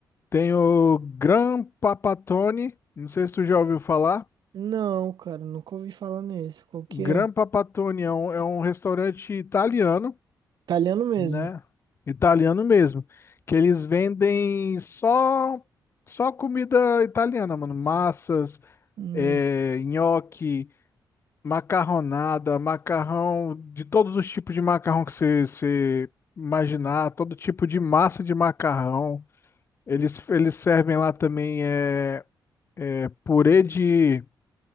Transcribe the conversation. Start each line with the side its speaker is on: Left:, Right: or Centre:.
Left: Tem o Gran Papatone, não sei se tu já ouviu falar.
Right: Não, cara, nunca ouvi falar nesse. Qual que
Left: Grampa
Right: é?
Left: Patoni é um, é um restaurante italiano,
Right: Italiano mesmo.
Left: né? Italiano mesmo. Que eles vendem só só comida italiana, mano. Massas,
Right: Hum,
Left: é, nhoque, macarronada, macarrão, de todos os tipos de macarrão que você você imaginar, todo tipo de massa de macarrão. Eles, eles servem lá também é, purê de.